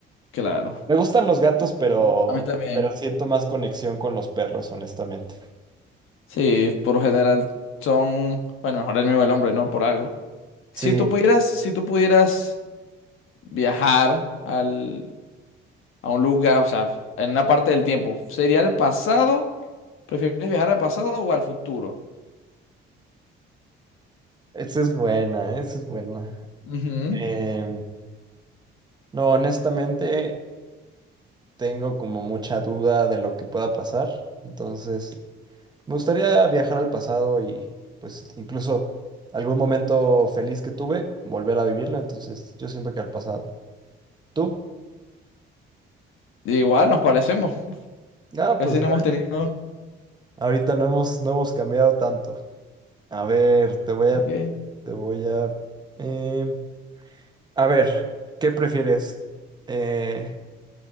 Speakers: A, on the left (about 75°); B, on the right (about 20°).
A: Claro.
B: me gustan los gatos, pero
A: A mí también.
B: pero siento más conexión con los perros, honestamente.
A: Sí, por lo general son, bueno, mejor el mismo el hombre, ¿no? Por algo. Si
B: Sí,
A: tú pudieras, si tú pudieras viajar al, a un lugar, o sea, en una parte del tiempo, ¿sería el pasado? ¿Prefieres viajar al pasado o al futuro?
B: esa es buena, esa es buena.
A: Ujú,
B: Em, no, honestamente tengo como mucha duda de lo que pueda pasar, entonces Me gustaría viajar al pasado y pues incluso algún momento feliz que tuve, volver a vivirlo, entonces yo siento que al pasado. ¿Tú?
A: Igual nos parecemos.
B: Ah,
A: Casi
B: pues
A: no
B: ya.
A: hemos tenido
B: Ahorita no hemos, no hemos cambiado tanto. A ver, te voy
A: Ok.
B: a, te voy a, eh, a ver, ¿qué prefieres? Eh,